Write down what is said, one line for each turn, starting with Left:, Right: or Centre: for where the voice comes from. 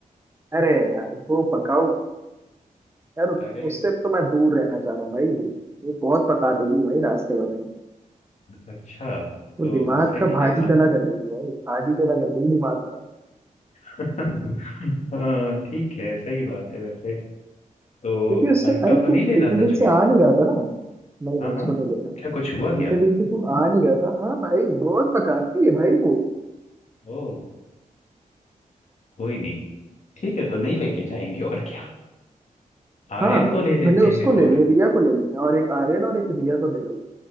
Right: अरे यार वो पकाऊ यार
Left: अरे
Right: उससे तो मैं दूर रहना चाह रहा हूँ भाई वो बहुत पका देगी भाई रास्ते भर में
Left: अच्छा
Right: वो
Left: तो
Right: दिमाग
Left: उसे
Right: का
Left: नहीं
Right: भाजी
Left: लेना
Right: तला कर देगी भाई भाजी तला कर देगी दिमाग का
Left: <laughs> हाँ ठीक है सही बात है वैसे तो
Right: क्योंकि उससे
Left: अनका
Right: अरे तू
Left: को नहीं लेना
Right: इतने दिन
Left: सच में
Right: से आ नहीं रहा था ना नहीं
Left: हाँ
Right: नहीं
Left: हाँ
Right: उसको नहीं लेना
Left: क्या कुछ हुआ
Right: इतने
Left: क्या
Right: दिन से तू आ नहीं रहा था हाँ भाई बहुत पकाती है भाई वो
Left: ओ कोई नहीं ठीक है तो नहीं लेके जाएंगे और क्या आर्यन
Right: हाँ
Left: को ले लेते
Right: भले उसको
Left: हैं
Right: ले
Left: और
Right: ले रिया को ले ले और एक आर्यन और एक रिया को ले लो